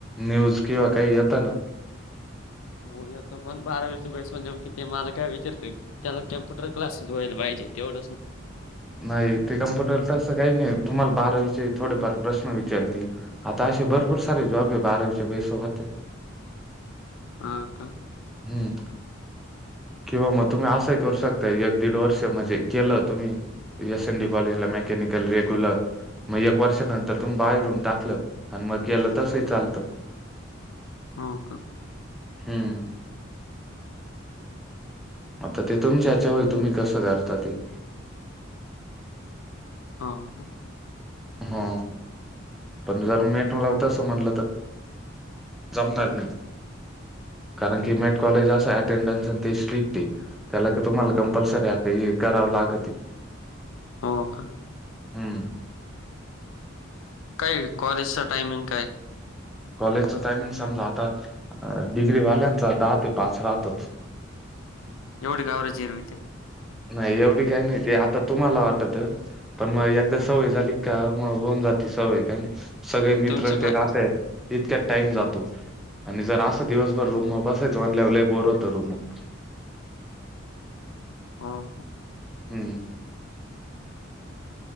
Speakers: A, in the centre; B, on the left.
A: न्यूज किंवा काही येत ना.
B: हो येतो पण बारावीचे बेस मग ते मला काय विचारतील. त्याला कॅम्प्युटर क्लासेस व्हायला पाहिजे. तेवढंच नाही
A: नाही ते कम्प्युटर तसं काही नाही. तुम्हाला बारावीचे थोडेफार प्रश्न विचारतील. आता असे भरपूर सारे जॉब आहे. बारावीच्या बेसवर होत्या.
B: हा का
A: हम्म किंवा मग तुम्ही असंही करू शकता एक दीड वर्ष म्हणजे केलं तुम्ही एस एन डी कॉलेज ला मेकॅनिकल रेग्युलर मग एक वर्षानंतर तुम्ही बाहेरून टाकलं. आणि मग केलं. तसही चालतं. <inaudible>
B: हो का
A: हम्म आता ते तुमच्या याच्यावर आहे. तुम्ही कसं करता ते.
B: हो का
A: हो पण जर मेट लाव तस म्हणलं तर जमणार नाही. कारण की मेट कॉलेज अस अटेंडन्स ते स्ट्रिक्ट आहे. त्याला तर तुम्हाला कंपल्सरी आता हे करावं लागते.
B: हो का
A: हम्म
B: काय कॉलेजचा टाइमिंग काय?
A: कॉलेजचा टायमिंग समजा आता डिग्री वाल्यांचा दहा ते पाच राहतोच.
B: एवढी का बरं जिरवित्या.
A: नाही एवढी काही नाही. ते आता तुम्हाला वाटत. पण मग एकदा सवय झाली का मग होउन जाती सवय का नाही. सगळे मित्रन
B: तुमचं
A: ते
B: काय
A: राहतय. इतक्यात टाइम जातो. आणि जर असं दिवसभर रूमवर बसायच म्हणाल्यावर लयी बोर होतं रूमवर.
B: हा का
A: हम्म